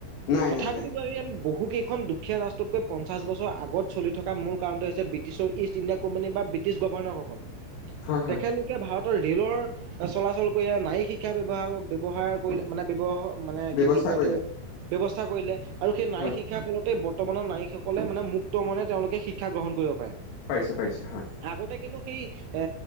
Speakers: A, on the left (about 85°); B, on the right (about 85°).
A: নাই
B: তথাপি,
A: নাই নাই
B: বাৰু ইয়াত বহু কেইখন দুখীয়া ৰাষ্ট্ৰতকৈ পঞ্চাশ বছৰ আগত চলি থকা মূৰ কাৰণটো হৈছে ব্ৰিটিছৰ ইষ্ট ইণ্ডিয়া কোম্পানী বা ব্ৰিটিছ গভৰ্ণসকল।
A: হয় হয়
B: তেখেত কে, ভাৰতৰ ৰে'লৰ চলাচল কৰিলে, নাৰী শিক্ষা ব্যৱহাৰ ব্যৱহাৰ কৰিলে মানে ব্যৱহ মানে
A: ব্যৱস্থা
B: কি বুলি কয়
A: কৰিলে
B: এইটো, ব্যৱস্থা কৰিলে আৰু সেই নাৰী
A: হয়
B: শিক্ষাৰ ফলতে বৰ্তমানৰ নাৰীসকলে মানে মুক্ত মনে, তেওঁলোকে শিক্ষা গ্ৰহণ কৰিব পাৰে।
A: পাৰিছে, পাৰিছে। হয়।
B: আগতে কিন্তু সেই এ,